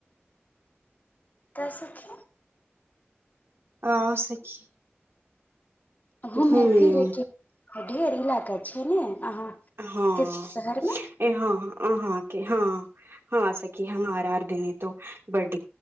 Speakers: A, on the left (about 40°); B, on the right (about 70°).
A: त सखी
B: आ सखी
A: घुमे
B: घूमे
A: फिरे के ढेर इलाका छय ने अहाँके
B: हँ
A: शहरमे
B: ए हँ हँ अहां हँ हँ सखी हमर आर दने त बड